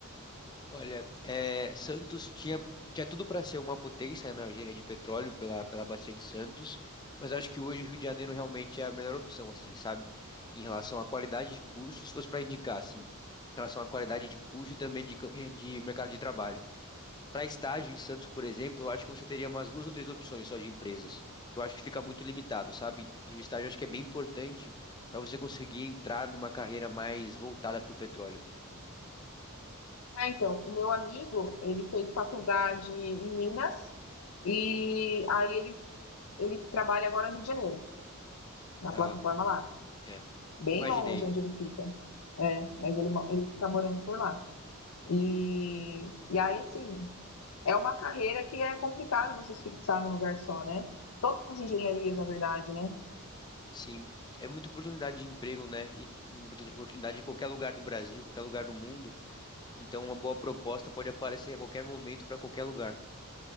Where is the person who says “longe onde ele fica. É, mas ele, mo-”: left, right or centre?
Left